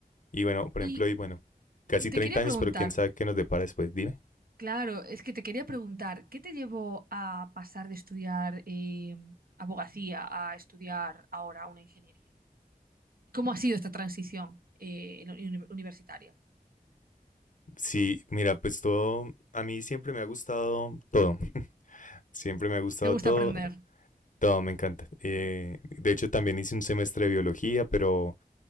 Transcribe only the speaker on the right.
Y
te
quería preguntar,
Claro, es que te quería preguntar, ¿qué te llevó a pasar de estudiar eh, abogacía a estudiar ahora una ingeniería? ¿Y cómo ha sido esta transición eh, en la uni- universitaria?
¿Te gusta
aprender?